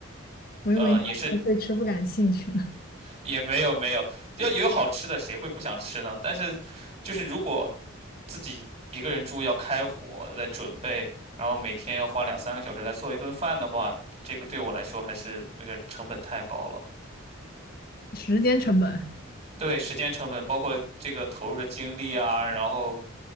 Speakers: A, on the left; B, on the right.
A: 我以为你要说对吃不感兴趣呢，
B: 呃也是也没有没有要有好吃的谁会不想吃呢？但是就是如果自己一个人住要开火，来准备，然后每天要花两三个小时来做一顿饭的话，这个对我来说还是有点成本太高了。
A: 时间成本。
B: 对，时间成本，包括这个投入的精力啊，然后